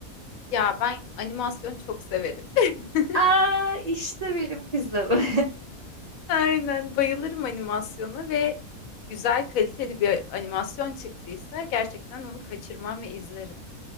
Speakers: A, on the left; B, on the right.
A: Ya ben animasyon çok severim. <laughs>
B: Aa işte benim kızım. <laughs>
A: Aynen bayılırım animasyona ve güzel kaliteli bir animasyon çıktıysa gerçekten onu kaçırmam ve izlerim.